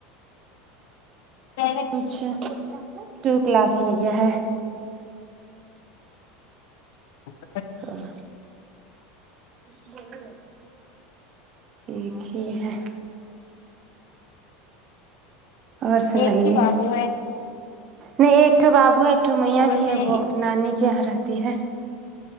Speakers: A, on the left; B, on the right.
A: <unintelligible>
B: اچھا ٹو کلاس میں گیا ہے
A: <unintelligible>
B: ہاں بولا نہ ٹھیک ہی ہے اور سنائیے
A: ایک ہی بابو ہے
B: نہیں ایکٹو بابو ہے ایکٹو میا
A: بولتے
B: بھی ہے
A: ہیں
B: وہ نانی کے یہاں رہتی ہے